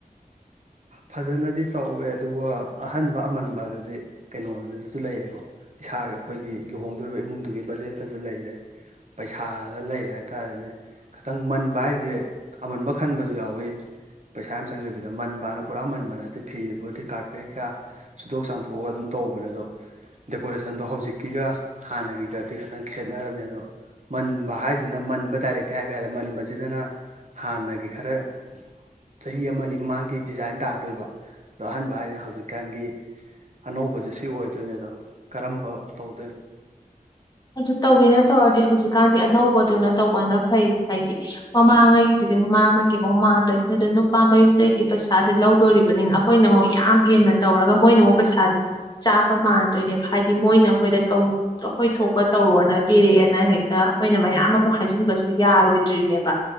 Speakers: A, on the right; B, on the left.
A: ꯐꯖꯅꯗꯤ ꯇꯧꯋꯦ ꯑꯗꯨꯒ ꯑꯍꯟꯕ ꯑꯃꯟꯕ ꯑꯗꯨꯗꯤ ꯀꯩꯅꯣ ꯑꯗꯨꯗꯁꯨ ꯂꯩꯔꯦꯀꯣ ꯏꯁꯥꯒꯤ ꯑꯩꯈꯣꯏꯒꯤ ꯂꯨꯍꯣꯡꯗꯣꯔꯤꯕ ꯏꯃꯨꯡꯗꯨꯒꯤ ꯕꯖꯦꯠꯇꯁꯨ ꯂꯩꯔꯦ ꯄꯩꯁꯥꯗ ꯂꯩꯔꯦ ꯍꯥꯏꯇꯥꯥꯔꯦꯅꯦ ꯈꯤꯇꯪ ꯃꯟꯕ ꯍꯥꯏꯁꯦ ꯑꯃꯟꯕ ꯈꯟꯕꯁꯨ ꯌꯥꯎꯋꯤ ꯄꯩꯁꯥ ꯌꯥꯝ ꯆꯪꯗꯕꯤꯗ ꯃꯟꯕ ꯄꯨꯔꯥ ꯃꯟꯕ ꯅꯠꯇꯦ ꯐꯤꯗꯨꯕꯨꯗꯤ ꯀꯥꯔꯄꯦꯠꯀ ꯁꯨꯠꯇꯣꯛ ꯆꯥꯝꯊꯣꯛꯑꯒ ꯑꯗꯨꯝ ꯇꯧꯕꯅꯦ ꯑꯗꯣ ꯗꯦꯀꯣꯔꯦꯁꯟꯗꯣ ꯍꯧꯖꯤꯛꯀꯤꯒ ꯍꯥꯟꯅꯒꯤꯒꯗꯤ ꯈꯤꯇꯪ ꯈꯦꯠꯅꯔꯅꯤ ꯑꯗꯣ ꯃꯟꯕ ꯍꯥꯏꯁꯤꯅ ꯃꯟꯕ ꯗꯥꯏꯔꯦꯛꯇꯤ ꯍꯥꯏꯕ ꯌꯥꯔꯦ ꯃꯟꯕꯁꯤꯗꯅ ꯍꯥꯟꯅꯒꯤ ꯈꯔ ꯆꯍꯤ ꯑꯃꯅꯤ ꯃꯥꯃꯥꯡꯒꯤ ꯗꯤꯖꯥꯏꯟ ꯇꯥꯗꯣꯏꯕ ꯑꯗꯣ ꯑꯍꯥꯟꯕ ꯍꯥꯏꯁꯤꯅ ꯍꯧꯖꯤꯛꯀꯥꯟꯒꯤ ꯑꯅꯧꯕꯁꯦ ꯁꯤ ꯑꯣꯏꯗꯣꯏꯅꯦ ꯑꯗꯣ ꯀꯔꯝꯕ ꯇꯧꯗꯣꯏꯅꯣ
B: ꯑꯗꯨ ꯇꯧꯒꯦꯅ ꯇꯧꯔꯗꯤ ꯍꯧꯖꯤꯛꯀꯥꯟꯗꯤ ꯑꯅꯧꯕꯗꯨꯅ ꯇꯧꯕꯅ ꯐꯩ ꯍꯥꯏꯗꯤ ꯃꯃꯥꯡꯉꯩꯒꯤꯗꯨꯗꯤ ꯃꯃꯥꯡꯉꯩꯒꯤ ꯑꯃꯨꯛ ꯃꯥꯟꯗꯣꯏꯅꯤ ꯑꯗꯨꯗ ꯅꯨꯄꯥ ꯃꯌꯨꯝꯗꯩꯗꯤ ꯄꯩꯁꯥꯥꯁ ꯂꯧꯗꯣꯔꯤꯕꯅꯤꯅ ꯑꯩꯈꯣꯏꯅ ꯑꯃꯨꯛ ꯌꯥꯝ ꯍꯦꯟꯅ ꯇꯧꯔꯒ ꯃꯣꯏꯅ ꯑꯃꯨꯛ ꯄꯩꯁꯥ ꯆꯥꯕ ꯃꯥꯟꯗꯣꯏꯅꯦꯕ ꯍꯥꯏꯗꯤ ꯃꯣꯏꯅ ꯑꯩꯈꯣꯏꯗꯧ ꯑꯩꯈꯣꯏ ꯊꯣꯛ ꯀ ꯇꯧꯔꯣꯅ ꯄꯤꯔꯛꯑꯦꯅ ꯍꯦꯛꯇ ꯑꯩꯈꯣꯏꯅ ꯃꯌꯥꯝ ꯑꯃꯨꯛ ꯍꯥꯏꯖꯤꯟꯕꯁꯨ ꯌꯥꯔꯣꯏꯗ꯭ꯔꯤꯅꯦꯕ